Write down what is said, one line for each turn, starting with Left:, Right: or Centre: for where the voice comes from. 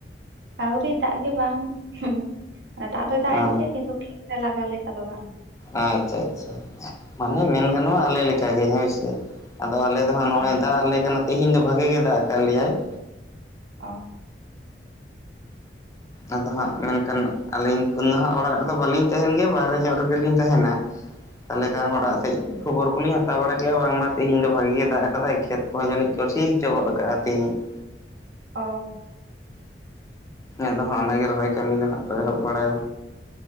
Right: ᱟᱹᱣᱨᱤ ᱫᱟᱜ ᱜᱮ ᱵᱟᱝ ᱾ ᱫᱟᱜ ᱫᱚᱭ ᱫᱟᱜ
Left: ᱚ
Right: ᱮᱫ ᱜᱮᱭᱟ, ᱠᱤᱱᱛᱩ ᱠᱷᱮᱛ ᱨᱮ ᱞᱟᱜᱟᱣ ᱞᱮᱠᱟ ᱫᱚ ᱵᱟᱝ ᱾
Left: ᱟᱪᱪᱷᱟ ᱟᱪᱪᱷᱟ ᱾ ᱢᱟᱱᱮ ᱢᱮᱱ ᱜᱟᱱᱚᱜᱼᱟ ᱟᱞᱮ ᱞᱮᱠᱟ ᱜᱮ ᱦᱳᱭ ᱥᱮ ᱾ ᱟᱫᱚ ᱟᱞᱮ ᱫᱚ ᱦᱟᱸᱜ ᱱᱚᱜᱼᱚᱭ
Right: ᱦᱮᱸ
Left: ᱫᱟᱜ ᱟᱞᱮ ᱠᱟᱱᱟ ᱛᱮᱦᱤᱧ ᱫᱚ ᱵᱷᱟᱜᱮ ᱜᱮ ᱫᱟᱜ ᱟᱠᱟᱫ ᱞᱮᱭᱟᱭ ᱾
Right: ᱚ
Left: ᱟᱫᱚ ᱦᱟᱸᱜ ᱢᱮᱱᱠᱷᱟᱱ ᱟᱹᱞᱤᱧ ᱫᱚ ᱦᱟᱸᱜ ᱚᱲᱟᱜ ᱨᱮᱫᱚ ᱵᱟᱹᱞᱤᱧ ᱛᱟᱦᱮᱱ ᱜᱮᱭᱟ᱾ ᱵᱟᱦᱨᱮ ᱧᱚᱜ ᱨᱮᱜᱮ ᱞᱤᱧ ᱛᱟᱦᱮᱱᱟ ᱾ ᱛᱟᱦᱚᱞᱮ ᱠᱷᱟᱱ ᱚᱲᱟᱜ ᱥᱮᱡ ᱠᱷᱚᱵᱚᱨ ᱠᱚᱞᱤᱧ ᱦᱟᱛᱟᱣ ᱵᱟᱲᱟ ᱠᱮᱜᱼᱟ ᱵᱟᱝᱼᱢᱟ ᱛᱮᱦᱮᱧ ᱫᱚ ᱵᱷᱟᱜᱮ ᱜᱮ ᱫᱟᱜ ᱠᱟᱫᱟᱭ ᱾ ᱠᱷᱮᱛ ᱠᱚᱦᱚᱸ ᱡᱟᱹᱱᱤᱡ ᱠᱚᱥᱤ ᱦᱚᱪᱚ ᱜᱚᱫ ᱟᱠᱟᱫᱼᱟ ᱛᱤᱦᱤᱧ ᱾
Right: ᱚ
Left: ᱟᱫᱚ ᱦᱟᱸᱜ ᱚᱱᱟ ᱜᱮ ᱨᱚᱦᱚᱭ ᱠᱟᱹᱢᱤ ᱫᱚ ᱦᱟᱸᱜ ᱠᱚ ᱮᱦᱚᱵ ᱵᱟᱲᱟ